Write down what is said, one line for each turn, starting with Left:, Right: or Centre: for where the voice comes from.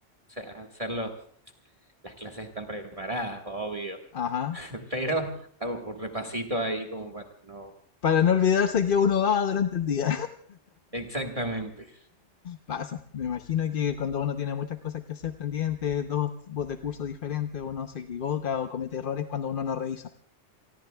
Right: sea, hacer los- las clases están preparadas, obvio,
Left: Ajá.
Right: <laughs> pero hago un repasito ahí como para no...
Left: Para no olvidarse que uno va durante el día.
Right: Exactamente,
Left: Pasa, me imagino que cuando uno tiene muchas cosas que hacer pendientes, dos tipos de cursos diferentes, uno se equivoca o comete errores cuando uno no revisa.